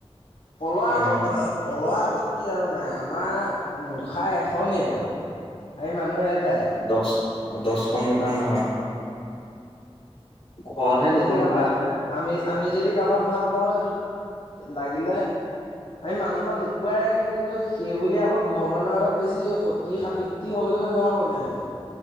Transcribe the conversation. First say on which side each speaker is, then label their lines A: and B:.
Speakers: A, on the left (about 85°); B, on the left (about 65°).
A: পলোৱা
B: অ
A: আকৌ, আ পলোৱা আকৌ। কি জানানে আমাৰ মুখা এখনেই আৰু। আমি মানুহ এটাই
B: দছ, দছখন মুখা নহয়। ঘৰতহে
A: আমি
B: দুখন
A: যদি কাবাক,
B: মুখা হয়।
A: আমি। আমি যদি কাবাক ভাল পাওঁ, সেইটোত, লাগিলে, আমি মানুহৰ পৰা লুকুৱাই ৰাখিম কিন্তু সেইবুলি আকৌ ঘৰৰ মানুহৰ আগত বেছি সতি-সাবৃত্ৰী হ'বলৈ নাযাওঁ মানে আমি।